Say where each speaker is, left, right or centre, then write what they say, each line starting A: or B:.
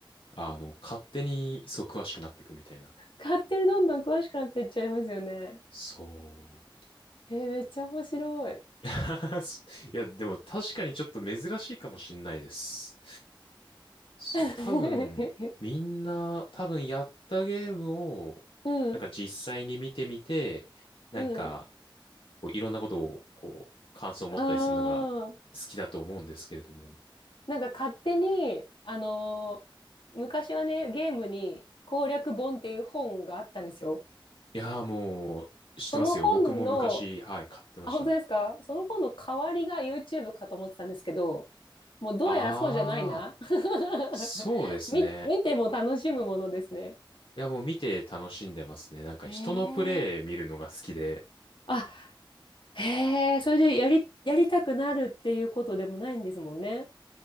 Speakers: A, on the left; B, on the left.
A: あの、勝手にそう詳しくなっていくみたいな。
B: 勝手にどんどん詳しくなっていっちゃいますよね。
A: そう。
B: えー、めっちゃ面白い。
A: <laughs> いや、でも確かにちょっと珍しいかもしんないです。そう、
B: <laughs>
A: 多分、みんな、多分やったゲームを、
B: うん、
A: なんか実際に見てみて、なんか、
B: うん。
A: こう、いろんなことを、こう、感想を持ったりするのが
B: ああ。
A: 好きだと思うんですけれども。
B: なんか勝手に、あのー昔はね、ゲームに攻略本っていう本があったんですよ。
A: いやー、もう、知ってますよ。
B: その本の、
A: 僕も昔、はい、買ってました。
B: あ、本当ですかその本の代わりが YouTube かと思ってたんですけど、もうどうやらそうじゃないな。
A: あー、
B: <laughs>
A: そうですね。
B: み、見ても楽しむものですね。
A: いや、もう見て楽しんでますね。なんか人のプレイ見るのが好きで。
B: へえ。あ、へえ、それでやり、やりたくなるっていうことでもないんですもんね。